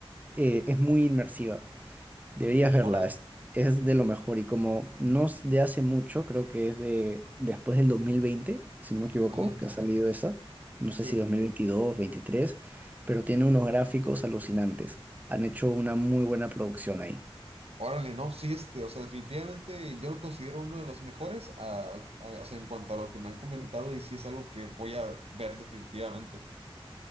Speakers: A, on the right; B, on the right.
A: eh, es muy inmersiva. Deberías verla,
B: Órale.
A: es, es de lo mejor y como no es de hace mucho, creo que es de después del 2020, si no me equivoco,
B: Ajá,
A: que ha salido esa, no sé
B: sí.
A: si 2022, 23, pero tiene unos gráficos alucinantes. Han hecho una muy buena producción ahí.
B: Órale, no, sí, este, o sea, definitivamente yo lo considero uno de los mejores, a- a- o sea, en cuanto a lo que me han comentado y sí es algo que voy a ver definitivamente.